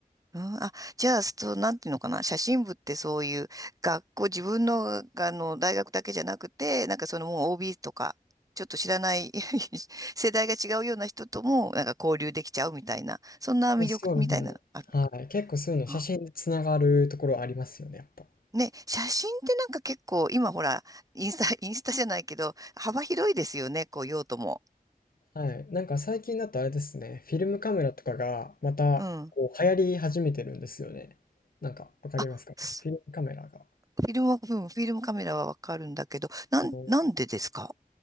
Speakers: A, on the right (about 25°); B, on the left (about 75°).
A: うん、あ、じゃあ、そう、なんていうのかな、写真部ってそういう学校、自分の、あの大学だけじゃなくて、なんかそのもう OB とか、ちょっと知らない <laughs> 世代が違うような人とも、なんか交流できちゃうみたいな、そんな魅力みたいなのある。
B: あ、そうですね。はい。結構そういうの写真でつながるところありますよね、
A: あ
B: やっぱ。
A: ね、写真ってなんか結構、今ほら、インスタ、インスタじゃないけど、幅広いですよね、こう用途も。
B: はい。なんか最近だとあれですね、フィルムカメラとかがまたこう流行り始めてるんですよね。
A: うん。
B: なんかわかりますかね。
A: あ、す
B: フィルムカメラが。
A: フィルムは、うん、フィルムカメラはわかるんだけど、なん、
B: あの
A: なんでですか